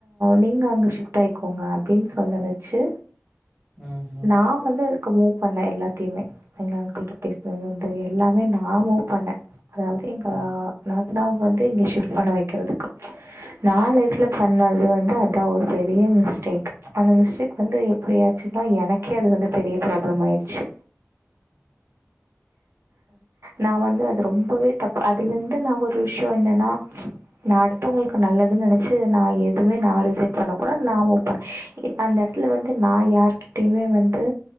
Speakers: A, on the right; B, on the right.
A: நீ ங்க அங்க ஷிப்ட் ஆய்க்கோங்க அப்படின் சொல்ல வச்சு
B: ம்
A: நா வந்து அதுக்கு மூவ் பண்ண எல்லாத்தியுமே எங்க அங்கில்ட பேசனது வந்து எல்லாமே நா மூவ் பண்ணே அதாவது எங் ஆ
B: ம் ம்
A: நாத்னாவ வந்து இங்க ஷிஃப்ட் பண்ண வைக்கிறதுக்கு நான் லைஃப்ல பண்ணது வந்து அதா ஒரு பெரிய மிஸ்டேக் அந்த மிஸ் டேக் வந்து எப்டி ஆச்சுன்னா எனக்கே அது வந்து பெரிய ப்ராப்ளமாயிடுச்சு நா வந்து அது ரொம்பவே தப் பு அதுலருந்து நா ஒரு விஷீயோ என்னன்னா நா அடுத்தவங்களுக்கு நல்லதுன் நெனச்சு நா எதுமே அப்டி செட் பண்ணக்கூடா நா மூவ் பண் அந்த எடத்துல வந்து நா யார்கிட்டயுமே வந்து